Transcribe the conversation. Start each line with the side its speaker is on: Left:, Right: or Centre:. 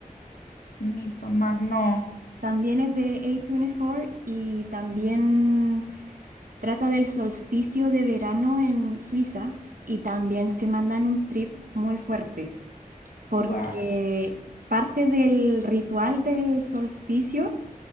Left: Midsommar, no.
Right: También es de A24 y también trata del solsticio de verano en Suiza y también se mandan un trip muy fuerte porque
Left: Wow,
Right: parte del ritual del solsticio